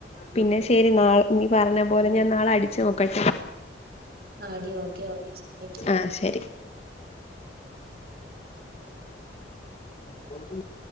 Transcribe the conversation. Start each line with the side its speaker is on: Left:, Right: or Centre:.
Left: പിന്നെ ശരി നാ നീ പറഞ്ഞ പോലെ ഞാൻ നാളെ അടിച്ചു നോക്കട്ടെ
Right: ആ അടി ഓക്കെ ഓക്കെ ശരി
Left: ആഹ് ശരി <inaudible>